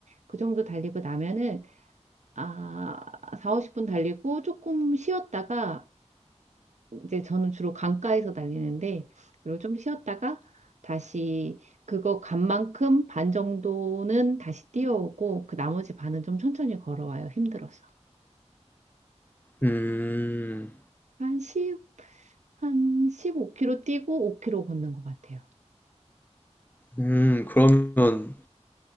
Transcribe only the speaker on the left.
음,
음, 그러면